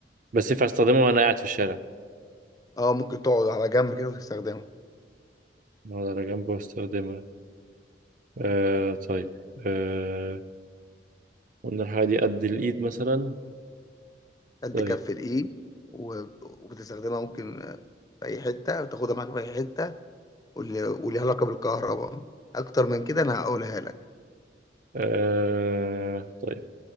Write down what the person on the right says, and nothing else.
بس ينفع أستخدمها وأنا قاعد في الشارع
أقعد على جنبه وأستخدمها أه طيب أه قلنا الحاجة دي قد الإيد مثلا
طيب
أه طيب